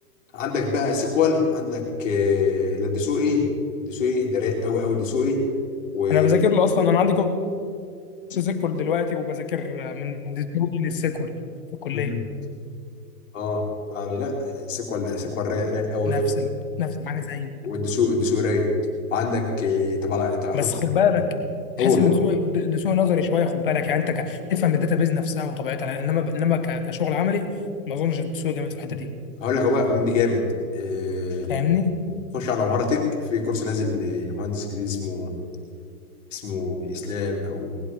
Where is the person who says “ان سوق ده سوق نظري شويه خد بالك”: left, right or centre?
Left